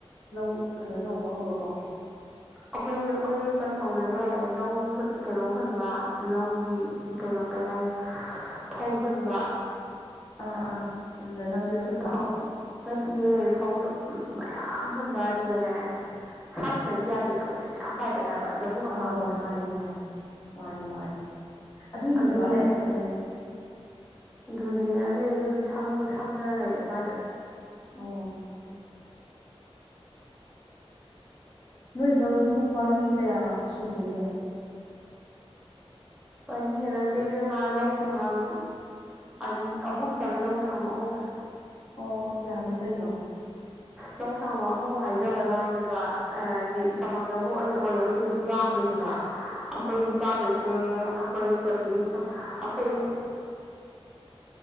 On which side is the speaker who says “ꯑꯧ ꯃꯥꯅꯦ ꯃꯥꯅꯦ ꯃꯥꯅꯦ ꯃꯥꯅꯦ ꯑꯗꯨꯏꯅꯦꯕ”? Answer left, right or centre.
Left